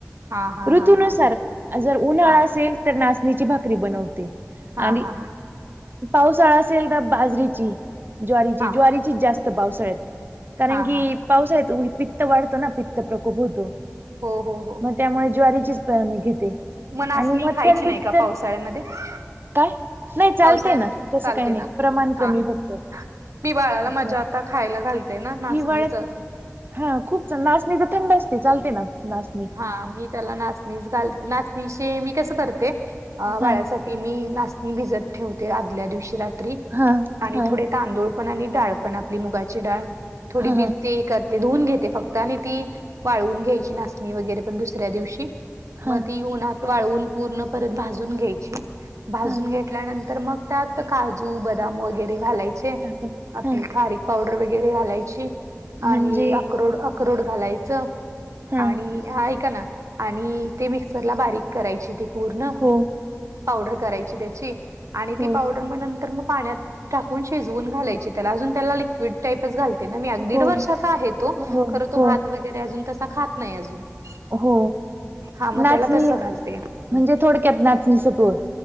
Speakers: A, on the right; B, on the right.
A: हा हा
B: ऋतनुसार
A: हा हा हा
B: जर उन्हाळा
A: हा
B: असेल <unintelligible> तर नाचणीची भाकरी बनवते
A: हा
B: आणि
A: हा
B: <unintelligible> पावसाळा असेल तर बाजरीची ज्वारीची
A: हा हा
B: ज्वारीची जास्त पावसाळत <unintelligible> कारण
A: हा
B: की
A: हा
B: पावस य पित्त वाढतो ना पित्त प्रकोप होतो
A: हो हो हो
B: म <unintelligible> त्यामुळे ज्वारीचीच प म घेते <unintelligible>
A: मनसणी
B: आणि मग
A: खायची
B: थंडीत
A: नाही का
B: तर
A: पावसाळ्यामध्ये <unintelligible>
B: काय नाही चालते
A: पावसाळ्यामध्ये
B: ना
A: चालते
B: तसं काही नाही
A: ना
B: प्रमाण
A: हा
B: कमी फक्त
A: <unintelligible> मी बाळाला
B: आपलं
A: मजा आता खायला घालते ना नाचणीच
B: हिवाळ्यात
A: <unintelligible>
B: हा खूप नाच नाही तर थंड असते चालते नाच <unintelligible>
A: हा मी त्याला नाचणीच घालते नाचणीची मी कसं करते वाळ्यासाठी
B: हा
A: <unintelligible> त मी नाशणी भिजत ठेवते आदल्या दिवशी रात्री
B: हा
A: आणि
B: हा
A: थोडे तांदूळ <unintelligible> पण आणि डाळ पण आपली मुगाची डाळ थोडी
B: हा हा
A: भिजते <unintelligible> ते धुवून घेते फक्त आणि ती वाळवून घ्यायची नाचणी वगैरे पण दुसऱ्या दिवशी <unintelligible>
B: हा
A: मग ती येऊनत वाळवून पूर्ण परत भाजून घ्यायची भाजून
B: हा
A: घेतल्यानंतर <unintelligible> तर मग त्यात काजू बदाम वगैरे घालायचे
B: टाकत
A: आपली
B: हा
A: खारी <unintelligible> पावडर वगैरे घालायची
B: म्हणजे
A: आणि अकोड अक्रोड घालायचं <unintelligible>
B: हा
A: आणि ऐका ना आणि ते मिक्सरला बारीक करायची ते पूर्ण <unintelligible>
B: हो
A: पावडर करायची त्याची आणि
B: हो
A: ती पावडर. <unintelligible> मग नंतर मग पाण्यात टाकून शिजवून घालायची त्याला अजून त्याला. <unintelligible> विट टाईप च घालते ना, दीड
B: हो
A: वर्षाचा आहे तो
B: हो,
A: खर तो
B: हो,
A: भात वगैरे अजून तसा खात. <unintelligible> नाही अजून. <unintelligible>
B: हो
A: हा मग
B: नाचणी
A: त्याला तसं
B: म्हणजे
A: घालते
B: थोडक्यात नाचणी सत्व. <unintelligible>